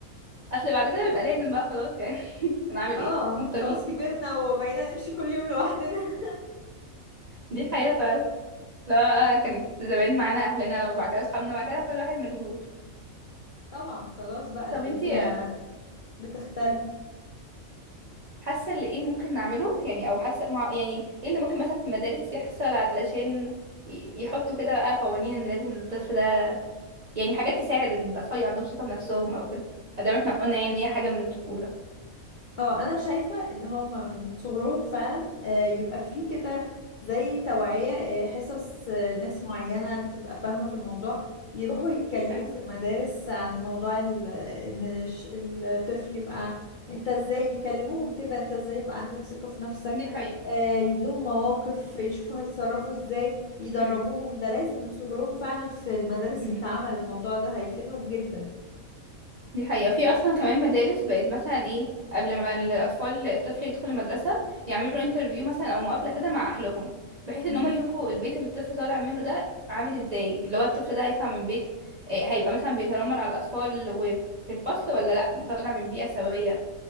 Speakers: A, on the right (about 50°); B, on the left (about 60°).
A: اصل بعد كده بيبقى لازم بقى خلاص يعني <laughs>
B: <laughs>
A: هنعمل
B: اه
A: ايه مضطرين
B: خلاص كبرنا وبقينا نمشي كل يوم لوحدنا
A: دي حقيقه فعلا لا كانت زمان معانا اهلنا وبعد كده اصحابنا بعد كده كل واحد مشغول
B: <laughs> طبعا خلاص بقى
A: طب
B: الدنيا
A: انتي
B: بتختلف
A: حاسه اللي ايه ممكن نعمله يعني او حاسه مع يعني ايه اللي ممكن مثلا في المدارس يحصل علشان ي- يحطوا كده بقى قوانين ان لازم الطفل ده يعني حاجات تساعد ان الاطفال يبقى عندهم ثقه بنفسهم او كده ادام احنا قلنا يعني ان هي حاجه من الطفوله
B: اه انا شايفة ان هما من صغرهم فعلا آه، يبقى فيه كده زي توعية آه، حصص آه، ناس معينة بتبقى فاهمة في الموضوع يروحوا يتكلموا
A: اي
B: في المدارس عن موضوع ال- ان الش- الطفل يبقى انت ازاي يكلموهم كده انت ازاي يبقى عندك ثقة في نفسك
A: دي حقيقة
B: آه، يدوم مواقف يشوفوا هيتصرفوا ازاي يدربوهم
A: امم
B: ده لازم من صغرهم فعلا في المدارس
A: امم
B: يتعمل الموضوع ده هيفيدهم جدا
A: دي حقيقة في أصلا كمان مدارس بقت مثلا إيه قبل ما الأطفال الطفل يدخل المدرسة يعملوا انترفيو مثلا أو مقابلة كده مع أهلهم بحيث إن
B: مم.
A: هما يشوفوا البيت اللي الطفل طالع منه ده عامل إزاي اللي هو الطفل ده هيطلع من بيت إيه، هيبقى مثلا بيتنمر على الأطفال وفي الفصل ولا لأ طالع من بيئة سوية